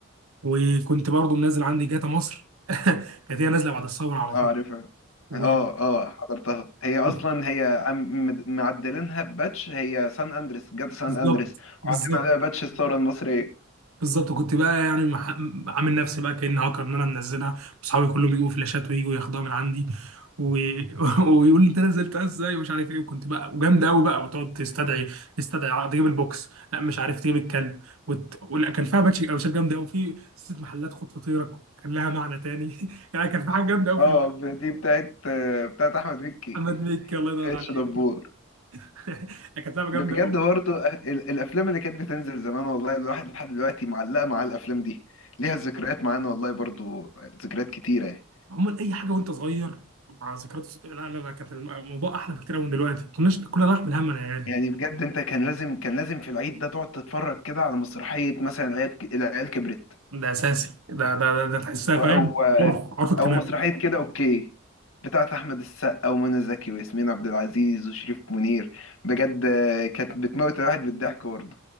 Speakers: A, on the right; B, on the left.
A: وكنت برضو منزل عندي جاتا مصر <laughs> كانت هي نازله بعد الثوره على
B: اه
A: طول
B: عارفها
A: و...
B: اه اه حضرتها هي اصلا
A: و-
B: هي عم- مد- معدلينها بباتش هي سان اندريس جت سان
A: بالظبط
B: اندريس وحاطين
A: بالظبط
B: عليها باتش الثوره المصريه
A: بالظبط كنت بقى يعني مح... عامل نفسي بقى كأني هاكر ان انا منزلها واصحابي كلهم يجيبوا فلاشات ويجوا ياخدوها من عندي و... <laughs> ويقول لي انت نزلتها ازاي ومش عارف ايه وكنت بقى وجامد قوي بقى وتقعد تستدعي تستدعي ع- تجيب البوكس لا مش عارف تجيب الكلب وت... ولا كان فيها باتش قوشات جامده قوي في ست محلات خد فطيرك كان لها معنى تاني <laughs> يعني كان في حاجه جامده قوي
B: اه
A: في ال-
B: ب- دي بتاعت آه، بتاعت احمد مكي
A: محمد مكي الله يدور
B: اتش
A: عليه
B: دبور
A: <laughs> كانت لعبه جامده
B: بجد برضه أ- ال- الافلام اللي كانت بتنزل زمان والله الواحد لحد دلوقتي معلقه مع الافلام دي ليها ذكريات معانا والله برضه ذكريات كتيره يعني
A: عموما اي حاجه وانت صغير مع ذكريات الص- لا لا لا كانت الموضوع احلى بكتير من دلوقتي ما كناش كنا نحمل هم انا يا غالي
B: يعني بجد انت كان لازم كان لازم في العيد ده تقعد تتفرج كده على مسرحيه مثلا العيال العيال كبرت
A: ده اساسي ده ده ده, ده تحسها فاهم
B: او
A: عرف عرف اجتماعي
B: او مسرحيه كده اوكي بتاعت احمد السقا ومنى زكي وياسمين عبد العزيز وشريف منير بجد آه، كانت بتموت الواحد بالضحك برضه